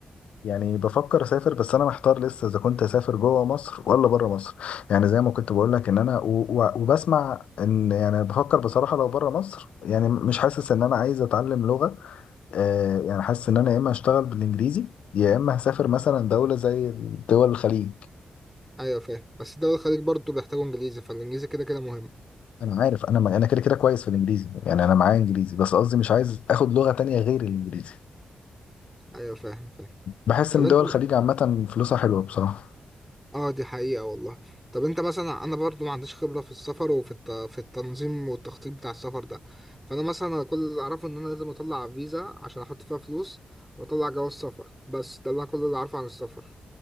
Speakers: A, on the left (about 80°); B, in the centre.
A: يعني بفكر اسافر بس انا محتار لسه اذا كنت اسافر جوه مصر ولا بره مصر يعني زي ما كنت بقول لك ان انا و... و... وبسمع ان يعني بفكر بصراحه لو بره مصر يعني مش حاسس ان انا عايز اتعلم لغه آه يعني حاسس ان انا يا اما اشتغل بالانجليزي يا اما هسافر مثلا دوله زي دول الخليج
B: ايوه فاهم بس دول الخليج برضو بيحتاجوا انجليزي فالانجليزي كده كده مهم
A: انا عارف انا ما... انا كده كده كويس في الانجليزي يعني انا معايا انجليزي بس قصدي مش عايز اخد لغه تانية غير الانجليزي
B: ايوه فاهم فاهم
A: بحس
B: طب
A: ان
B: انت
A: دول الخليج عامه فلوسها حلوه بصراحه
B: اه دي حقيقة والله طب انت مثلا انا برضو ما عنديش خبرة في السفر وفي الت... في التنظيم والتخطيط بتاع السفر ده فانا مثلا كل اللي اعرفه ان انا لازم اطلع فيزا عشان احط فيها فلوس واطلع جواز سفر بس ده اللي انا كل اللي اعرفه عن السفر